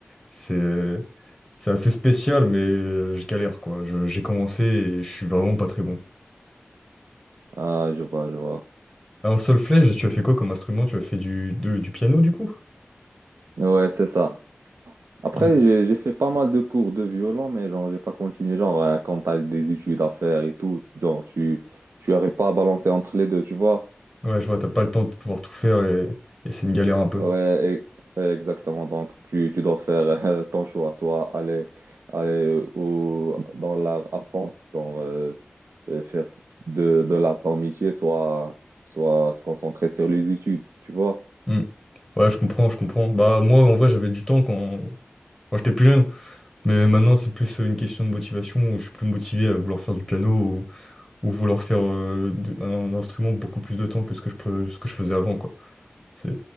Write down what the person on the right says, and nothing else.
Ah, je vois, je vois.
Ouais, c'est ça. Après,
j'ai, j'ai fait pas mal de cours de violon, mais genre, j'ai pas continué. Genre, euh, quand t'as des études à faire et tout, genre, tu, tu arrives pas à balancer entre les deux, tu vois?
Ouais, e- ouais, exactement. Donc, tu, tu dois faire euh, ton choix, soit aller, aller ou dans l'art à fond, genre euh, euh, faire de, de l'art ton métier, soit, soit se concentrer sur les études, tu vois.